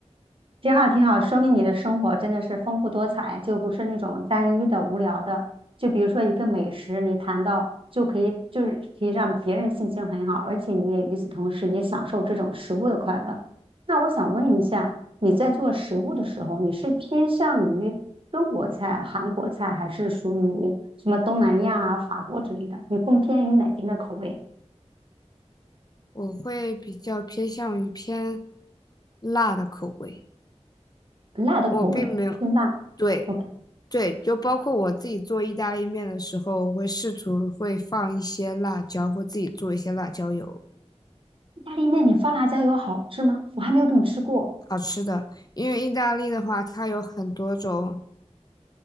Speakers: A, on the right (about 50°); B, on the left (about 35°).
A: 挺好，挺好，说明你的生活真的是丰富多彩，就不是那种单一的、无聊的。就比如说一个美食，你谈到就可以，就是可以让别人心情很好，而且你也与此同时也享受这种食物的快乐。那我想问一下，你在做食物的时候，你是偏向于中国菜、韩国菜，还是属于什么东南亚啊、法国之类的？你更偏于哪边的口味？
B: 我会比较偏向于偏辣的口味，
A: 辣的口味，
B: 我并没有，
A: 辛辣。
B: 对，
A: OK，
B: 对，就包括我自己做意大利面的时候，我会试图会放一些辣椒，或自己做一些辣椒油，
A: 意大利面你放辣椒油好吃吗？我还没有这么吃过。
B: 好吃的。因为意大利的话，它有很多种